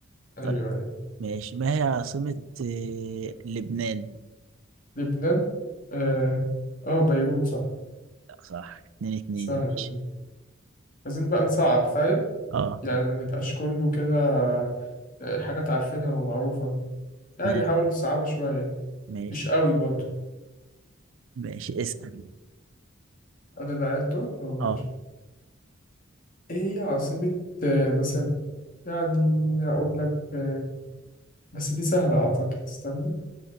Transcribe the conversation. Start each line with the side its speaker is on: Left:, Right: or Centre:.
Left: أيوه
Right: طيب
Left: أيوه
Right: ماشي ما هي عاصمة إيه، لبنان
Left: لبنان اه آه، بيروت صح
Right: صح اتنين اتنين
Left: سهلة
Right: ماشي
Left: دي عايزين بقى نصعب فاهم
Right: اه
Left: يعني ما نبقاش كله كده آه، حاجات عارفينها ومعروفة يعني
Right: تمام
Left: نحاول نصعبها شوية
Right: ماشي
Left: مش قوي برضو
Right: ماشي اسأل
Left: أنا اللي قاعد دور أه ماشي
Right: اه
Left: إيه هي عاصمة آه، مثلا يعني أقول لك آه، بس دي سهلة أعتقد استنى